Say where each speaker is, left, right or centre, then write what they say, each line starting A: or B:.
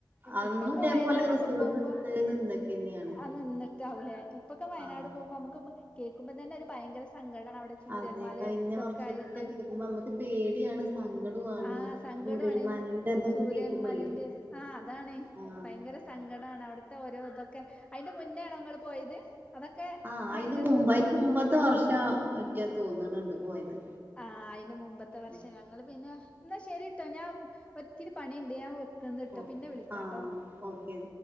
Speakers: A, on the right (about 25°); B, on the left (about 15°).
A: അന്നും
B: ഇപ്പ ഇപ്പൊ
A: ഇതേപോലെ
B: വയനാടൊക്കെ
A: റിസോർട്ട്
B: പോവുമ്പോ
A: എടുത്ത് നിന്നൊക്കെന്നെയാണ്
B: അ നിന്നിട്ട് ആവുലെ ഇപ്പൊക്കെ വയനാട്
A: ആഹ്
B: പോവുമ്പോ അമ്മെക്ക് ഭയ കേക്കുമ്പോ തന്നെ ഒരു ബയങ്കര സങ്കടാണ് അവിടെ ചുരൽമലെ
A: അതെ കഴിഞ്ഞ
B: ഇതൊക്കെ
A: വർഷത്തത്
B: ആയിട്ട്
A: കേക്കുമ്പോ നമ്മക്ക് പേടിയാണ് സങ്കടോണ്
B: ആ സങ്കടോവാണ്
A: ചൂരൽമലന്റെ ഇതൊക്കെ
B: ചൂരൽ
A: കേക്കുമ്പളേ
B: മലേന്റെ ആഹ് അതാണെ
A: ആഹ്
B: ഭയങ്കര സങ്കടാണ് അവിട ത്താ ഓരോ ഇതൊക്കെ അയിന്റെ മുന്നേയാണോ ങ്ങള് പോയത് അതൊക്കെ
A: ആ അയിന്റെ
B: ആയിക
A: മുമ്പ് അയിന്റെ മുമ്പത്തെ വർഷവാ <unintelligible> തോന്ന്ണ് ണ്ട് പോയത്
B: ആ അയിന് മുമ്പത്തെ വർഷം
A: ആഹ്
B: ഞങ്ങള് പിന്നെ എന്നാ ശെരിട്ടോ ഞാൻ ഒത്തിരി പണിണ്ട് ഞാൻ ന്ന്ട്ടോ
A: ഓ
B: പിന്നെ വിളിക്കാട്ടോ
A: ആഹ് ഓക്കെ